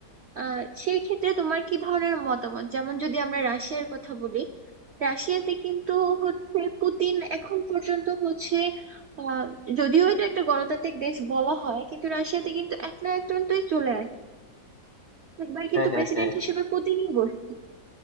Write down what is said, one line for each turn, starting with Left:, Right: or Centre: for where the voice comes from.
Right: আহ সেই ক্ষেত্রে তোমার কি ধরনের মতামত যেমন যদি আমরা রাশিয়ার কথা বলি রাশিয়াতে কিন্তু হচ্ছে পুতিন এখন পর্যন্ত হচ্ছে আহ যদিও এটা একটা গণতান্ত্রিক দেশ বলা হয় কিন্তু রাশিয়াতে কিন্তু একনায়কতন্ত্রই চলে একবার কিন্তু
Left: হ্যাঁ হ্যাঁ
Right: প্রেসিডেন্ট
Left: হ্যাঁ
Right: হিসেবে পুতিনই বসছে